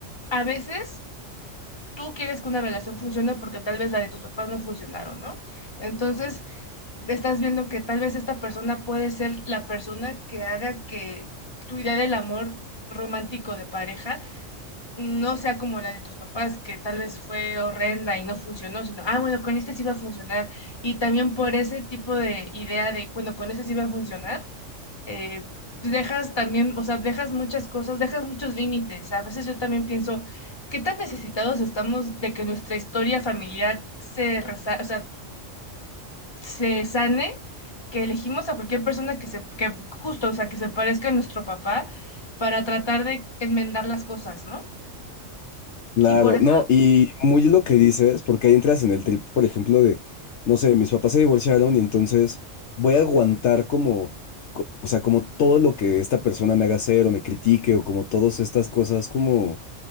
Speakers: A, on the left (about 20°); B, on the left (about 65°).
A: a veces tú quieres que una relación funcione porque tal vez la de tus papás no funcionaron, ¿no? Entonces, estás viendo que tal vez esta persona puede ser la persona que haga que tu idea del amor romántico de pareja no sea como la de tus papás, que tal vez fue horrenda y no funcionó, sino, ah, bueno, con este sí va a funcionar. Y también por ese tipo de idea de, bueno, con este sí va a funcionar, eh, dejas también, o sea, dejas muchas cosas, dejas muchos límites. A veces yo también pienso, ¿qué tan necesitados estamos de que nuestra historia familiar se, resa o sea, se sane? Que elegimos a cualquier persona que se, que justo, o sea, que se parezca a nuestro papá para tratar de enmendar las cosas, ¿no?
B: Claro,
A: Y por eso...
B: no, y muy lo que dices, porque ahí entras en el trip, por ejemplo, de, no sé, mis papás se divorciaron y entonces voy a aguantar como, co- o sea, como todo lo que esta persona me haga hacer o me critique o como todas estas cosas como,